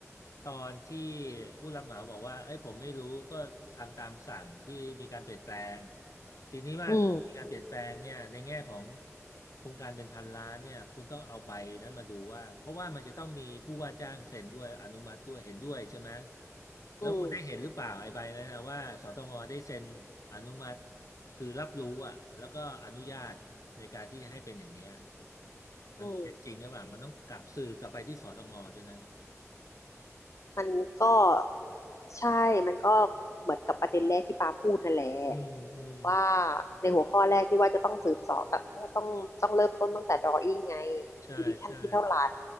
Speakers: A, on the left; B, on the left.
A: ตอนที่ผู้รับเหมาบอกว่าเอ้ยผมไม่รู้ก็ทำตามสั่งที่มีการเปลี่ยนแปลง ทีนี้ว่ามีการเปลี่ยนแปลงเนี่ยในแง่ของ
B: อืม
A: โครงการเป็นพันล้านเนี่ยคุณต้องเอาใบนั้นมาดูว่าเพราะว่ามันจะต้องมีผู้ว่าจ้างเซ็นด้วยอนุมัติด้วยเห็นด้วยใช่ไหมแล้วคุณได้เห็นหรือเปล่าไอ้ใบนั้นนะว่าสตงได้เซ็นอนุมัติ
B: อืม
A: คือรับรู้อ่ะแล้วก็อนุญาตในการที่จะให้เป็นอย่างเนี้ยมันเป็นจริงหรือเปล่ามันต้องกลับสืบกลับไปที่สตงด้วยนะ
B: อืม มันก็ใช่มันก็เหมือนกับประเด็นแรกที่ปาพูดนั่นแหละ
A: อืมอืม
B: ว่าในหัวข้อแรกที่ว่าจะต้องสืบเสอบต้องต้องต้องเริ่มต้นตั้งแต่ d r a w i n งไง
A: ใช่ใช่
B: d i v i s i o นที่เท่าไหร่